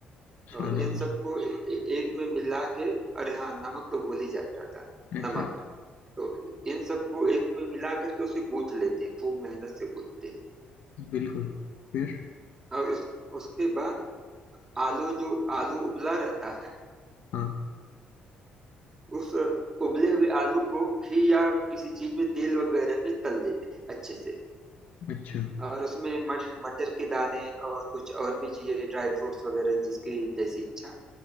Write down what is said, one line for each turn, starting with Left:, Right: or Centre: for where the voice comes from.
Right: हैं
Left: स्वाद
Right: और इन
Left: अनुसार
Right: सबको ए- एक में मिला के अरे हाँ नमक तो भूल ही जा रहा था
Left: अच्छा
Right: नमक तो इन सबको एक में मिला करके उसे गूंथ लेते हैं खूब मेहनत से गूंथते हैं
Left: अच्छा बिल्कुल फिर
Right: और उस, उसके बाद आलू जो आलू उबला रहता है
Left: हाँ
Right: उस उबले हुए आलू को घी या किसी चीज में तेल वगैरह में तल लेते हैं अच्छे से
Left: अच्छा
Right: और उसमें मट, मटर के दाने और कुछ और भी चीजें ड्राई फ्रूट्स वगैरह जिसकी जैसी इच्छा